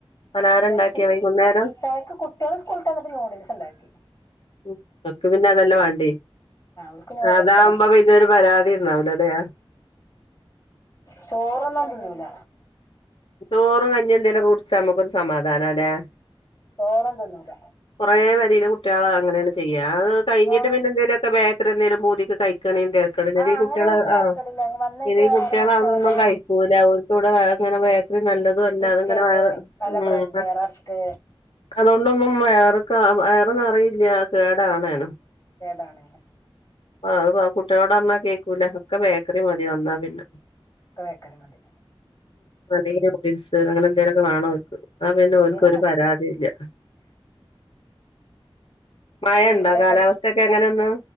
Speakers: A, on the left (about 70°); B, on the left (about 40°).
A: പലഹാരം ഉണ്ടാക്കിയ
B: <inaudible>
A: വൈകുന്നേരം
B: ചായക്ക് കു ട്ട്യേള് സ്കൂളട്ടന്നു ന്യൂഡിൽസ്ണ്ടാക്കി
A: മക്കക്ക് പിന്നെ അതെല്ലേ വാണ്ടീ
B: ആ അവൾക്ക് നൂഡിൽസ്
A: അതാവുമ്പപി
B: മതി
A: ന്നൊരു പരാതി ഉണ്ടാവുല ലെ
B: ചോറന്നും തിന്നൂല്ല
A: ചോറും കഞ്ഞീ എന്തേലുക്കെ കുടിച്ചാ നമ്മുക്കൊരു സമാധാനല്ലേ
B: ചോറൊന്നും തിന്നൂല
A: കൊറേ പെരെൽ കുട്ട്യേള് അങ്ങനെയാണ് ചെയ്യ അത് കഴിഞ്ഞിട്ട്
B: ആ
A: പിന്നെ എന്തേലും ക്കെ ബേക്കറി എന്തേലും പൂതിക്ക് കഴിക്ണെങ്കി തെ കഴീണത്
B: ആ അങ്ങനെയാണെങ്കി
A: കുട്ടികൾ ആ
B: തരക്കേടില്ല ഇനി വന്നേക്ക്
A: ചെറിയ
B: വയറ്
A: കുട്ടികളഅതൊന്നും
B: നിറച്ചാണ്ട്
A: കഴി ക്കൂല ഓൽക്ക് അങ്ങനെ ബേക്കറി നല്ലതും അല്ലാ
B: ബിസ്കറ്റ്
A: അതങ്ങനെ വയർ
B: വല്ല ബ്രെഡ്
A: ആഹ്
B: റസ്ക്
A: അതുകൊണ്ടൊന്നും വയർക്ക വയർന്നറയൂല്ല കേടാണേനും
B: കേടാണേനും
A: ആ അത് കുട്ടികളോട്പറഞ്ഞാൽ കേക്കൂല ഒക്കെ ബേക്കറി മതി വന്നാ പിന്നെ
B: ഒക്കെ ബേക്കറി മതി
A: അല്ലെങ്കി ന്യൂഡിൽസ് അങ്ങനെ എന്തേലുക്കെ വേണോൽക്ക് ന്ന പിന്നെ
B: എന്തേലും
A: ഓൽക്കൊരു
B: വേണം
A: പരാതി ഇല്ല മഴണ്ടോ
B: അവിടെയൊക്കെ
A: കാലാവസ്ഥയൊക്കെ എങ്ങനെയേ ന്ന്